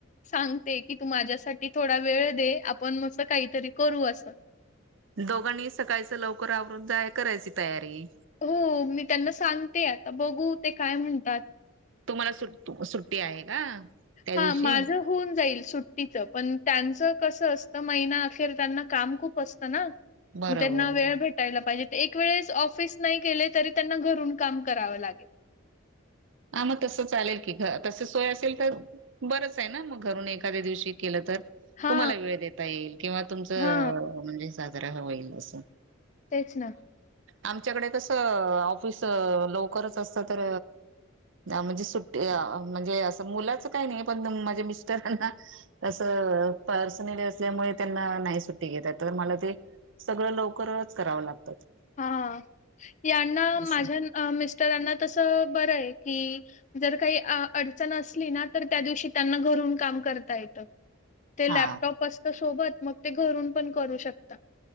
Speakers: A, on the left; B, on the right.
A: सांगते कि तू माझ्यासाठी थोडा वेळ दे आपण मस्त काहीतरी करू असं
B: दोघांनी सकाळचं लवकर आवरून तैयार करायची तैयारी
A: हो मी त्यांना सांगते आता बघू ते काय म्हणतात.
B: तुम्हाला सुट सुट्टी आहे का? त्या
A: हा
B: दिवशी
A: माझं होऊन जाईल. सुट्टीचं पण त्यांचं कसं असतं महिना अखेर त्यांना काम खूप असतं ना.
B: बरोबर.
A: मग त्यांना वेळ भेटायला पाहिजे एक वेळेस ऑफिस नाही गेले तरी त्यांना घरून काम कराव लागेल.
B: हा मग तसं चालेल की तसं सोय असेल तर बरंच आहे ना मग घरून एखाद्या दिवशी केलं तर.
A: हा
B: तुम्हाला वेळ देता येईल किंवा तुमचं
A: हा
B: म्हणजे साजरा होईल असं.
A: तेच ना
B: आमच्याकडे कसं ऑफिस लवकरच असतं तर म्हणजे सुट्टी म्हणजे असं मुलाच काही नाही पण माझ्या मिस्टरांना असं पर्सनली असल्यामुळे त्यांना नाही सुट्टी घेतात तर मला ते सगळं लवकरच करावं लागतं.
A: हा यांना
B: असं
A: माझ्या मिस्टरांना तसं बरं आहे. कि जर काही अडचण असली ना तर त्या दिवशी त्यांना घरून काम करता येतं. ते
B: हा
A: लॅपटॉप असतं सोबत मग ते घरून पण करू शकता.